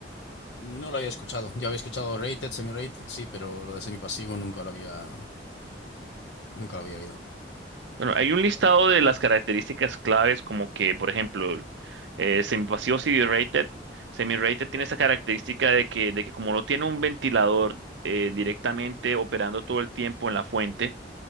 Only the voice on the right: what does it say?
bueno, hay un listado de las características claves como que, por ejemplo, eh, semipasivo CD-rated, semi-rated tiene esa característica de que, de que como no tiene un ventilador eh, directamente operando todo el tiempo en la fuente,